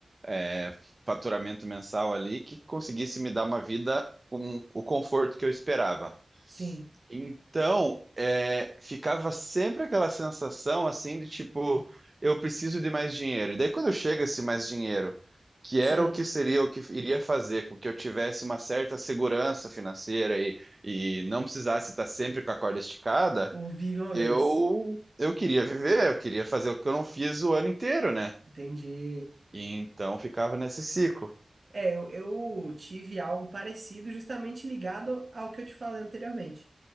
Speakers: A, on the right; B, on the right.
A: é, faturamento mensal ali que conseguisse me dar uma vida com o conforto que eu esperava.
B: Sim,
A: Então, é, ficava sempre aquela sensação assim de tipo, eu preciso de mais dinheiro. E daí quando chega esse mais dinheiro, que
B: sim.
A: era o que seria o que iria fazer com que eu tivesse uma certa segurança financeira e, e não precisasse estar sempre com a corda esticada,
B: O Vive uma
A: eu
B: vez.
A: eu queria viver, eu queria fazer o que eu não fiz o ano inteiro, né?
B: Entendi.
A: E então ficava nesse ciclo.
B: É, eu, eu tive algo parecido justamente ligado ao que eu te falei anteriormente.